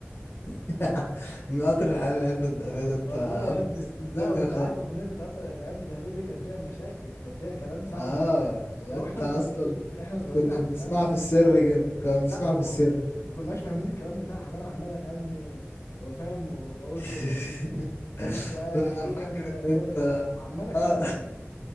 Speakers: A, on the left (about 55°); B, on the left (about 80°).
A: <laughs> من قطر الحياة لعلبة الأمانة انت
B: والله يا ابني
A: بص الدنيا
B: لا وانت
A: خالص
B: عارف اغنيه القطر- العلبه الذهبيه دي كان فيها مشاكل كان فيها كلام صعب
A: اه
B: أوي.
A: وانت
B: لا واحنا
A: اصلا
B: صغيرين احنا صغيرين
A: كنا
B: على
A: بنسمعها
B: الكلام ده
A: في السر كده كنا بنسمعها
B: لا وما
A: في السر
B: ما كناش فاهمين الكلام بتاعها وانا عمال اغني وفاهم واقول
A: <laughs>
B: في ال- ضحك
A: انا
B: وقال اخيرا
A: فاكر ان
B: فرجت
A: انت
B: وعمال اتكلم
A: اه <laughs>